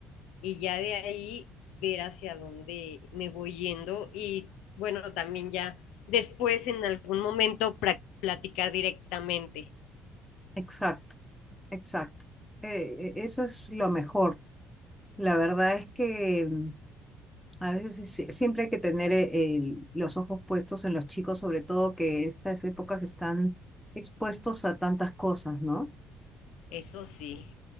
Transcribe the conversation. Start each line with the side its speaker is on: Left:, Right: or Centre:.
Left: Y ya de ahí ver hacia dónde me voy yendo y bueno, también ya después en algún momento pra- platicar directamente.
Centre: Exacto, exacto. Eh, e- eso es lo mejor. La verdad es que mm, a veces sí- siempre hay que tener eh, el- los ojos puestos en los chicos, sobre todo que estas épocas están expuestos a tantas cosas, ¿no?
Left: Eso sí.